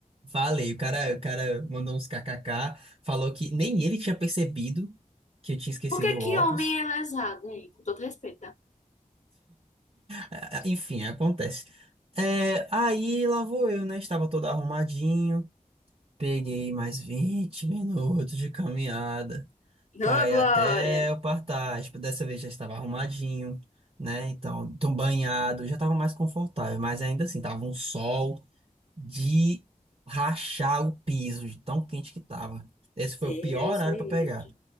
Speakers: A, on the right (about 45°); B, on the left (about 60°).
A: Falei, o cara, o cara mandou uns kkk, falou que nem ele tinha percebido que eu tinha esquecido
B: Por que que
A: o óculos.
B: homem é lesado, hein? Com todo respeito, tá?
A: Ah, ah, Enfim, acontece. É, aí lá vou eu, né? Estava todo arrumadinho. Peguei mais 20 minutos de caminhada. para
B: Ô,
A: ir
B: Glória.
A: até o Partage. Dessa vez já estava arrumadinho, né? Então, tão banhado, já estava mais confortável, mas ainda assim, tava um sol de rachar o piso, de tão quente que tava. Esse foi
B: Deus
A: o pior horário
B: me
A: para
B: livre.
A: pegar.